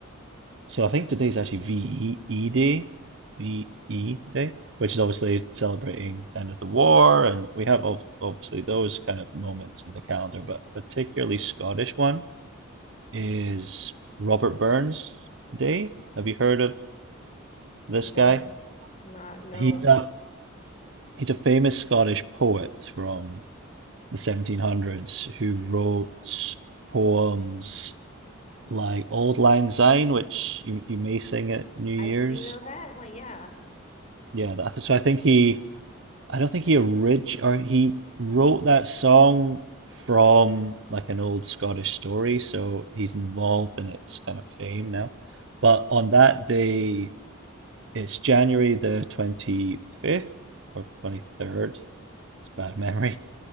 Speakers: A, on the right; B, on the left.
A: so I think today's actually VE Day, VE Day, which is obviously celebrating the end of the war. And we have ob- obviously those kind of moments in the calendar, but a particularly Scottish one is Robert Burns Day. Have you heard of this
B: No,
A: guy?
B: not no.
A: He's a he's a famous Scottish poet from the 1700s who wrote poems like Old Lang Syne, which you you may sing at New
B: I
A: Year's.
B: do know that. I'm like, yeah.
A: Yeah, that, I th- so I think he, I don't think he orig or he wrote that song from like an old Scottish story, so he's involved in its kind of fame now. But on that day, it's January the 25th or 23rd. It's bad <laughs> memory.